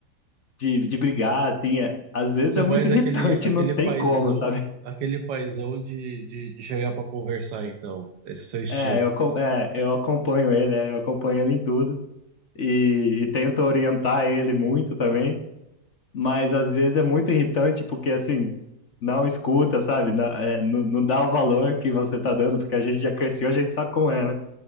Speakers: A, on the left (about 50°); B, on the right (about 80°).
A: de, de brigar, assim, é- às vezes
B: Você
A: é
B: é
A: muito
B: mais
A: <laughs> irritante,
B: aquele, aquele
A: não tem
B: paizão,
A: como, sabe?
B: aquele paizão de, de, de chegar para conversar, então. Esse é seu estilo.
A: É, eu, acom- é, eu acompanho ele, é, eu acompanho ele em tudo. e, e tento orientar ele muito também, mas às vezes é muito irritante porque assim, não escuta, sabe? Não, é, não, não dá o valor que você tá dando, porque a gente já cresceu, a gente sabe como é, né?